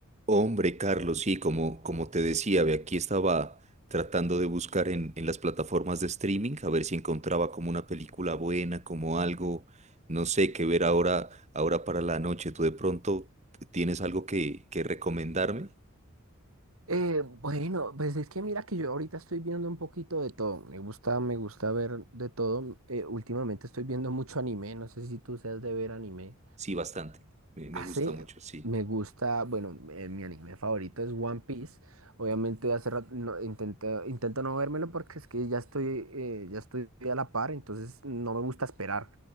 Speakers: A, on the right; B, on the right.
A: Hombre, Carlos, sí, como, como te decía, ve, aquí estaba tratando de buscar en, en las plataformas de streaming a ver si encontraba como una película buena, como algo, no sé, qué ver ahora, ahora para la noche. ¿Tú de pronto tienes algo que, que recomendarme?
B: Eh, bueno, pues es que mira que yo ahorita estoy viendo un poquito de todo. Me gusta, me gusta ver de todo. Eh, últimamente estoy viendo mucho anime. No sé si tú seas de ver anime.
A: Sí, bastante. Me, me
B: Hace,
A: gusta mucho, sí.
B: me gusta, bueno, eh, mi anime favorito es One Piece. Obviamente hace rato no, intento, intento no vérmelo porque es que ya estoy, eh, ya estoy a la par, entonces no me gusta esperar